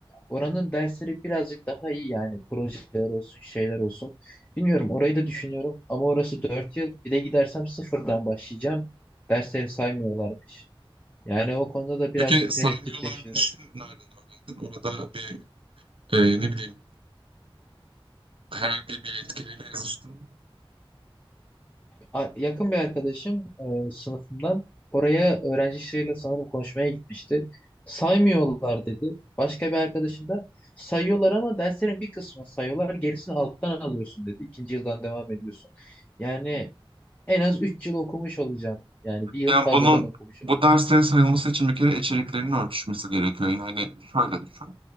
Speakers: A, on the left; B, on the right.
A: Oranın dersleri birazcık daha iyi yani projeler olsun, şeyler olsun. Bilmiyorum orayı da düşünüyorum ama orası 4 yıl. Bir de gidersem sıfırdan başlayacağım. Dersleri saymıyorlarmış. Yani o konuda da birazcık
B: Peki saymıyorlarmışı
A: tereddüt yaşıyorum.
B: nereden öğrendin? Orada bir eee, ne bileyim herhangi bir yetkiliyle yazıştın mı?
A: a- yakın bir arkadaşım e, sınıfımdan oraya öğrencisiyle sanırım konuşmaya gitmişti. Saymıyorlar dedi. Başka bir arkadaşım da sayıyorlar ama derslerin bir kısmını sayıyorlar. Gerisini alttan alıyorsun dedi. İkinci yıldan devam ediyorsun. Yani en az 3 yıl okumuş olacağım. Yani bir yıl
B: Yani
A: fazladan
B: bunun
A: okumuş
B: bu derslere sayılması için bir kere içeriklerinin örtüşmesi gerekiyor. Yani şöyle düşün.